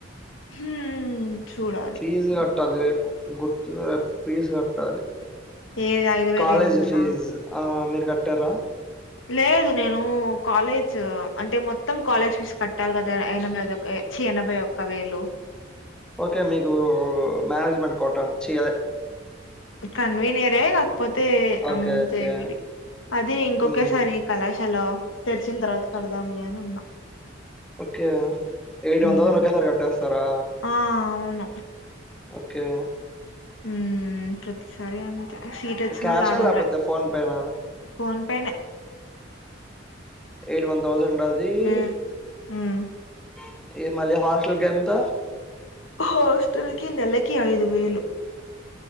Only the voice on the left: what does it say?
ఉమ్ చూడాలి
ఏది ఐదు వేల
ఐదు వందల
లేదు నేను కాలేజ్ అంటే మొత్తం కాలేజ్ ఫీస్ కట్టాలి కదా అయినా మీదకే ఎనభై ఒక్క వేలు
కన్వీనియర్ కాకపోతే
చెవిడి అది ఇంకొకేసారి
కళాశాల తెరిచిన తర్వాత కడదాం మని ఉన్నాం
హ్మ్.
ఆ! అవును.
ఉ ప్రతిసారి సీటోచ్చినా
లాభంలే
ఫోన్ పేనే
హ్మ్. హ్మ్.
హాస్టల్ కి నెలకి ఐదు వేలు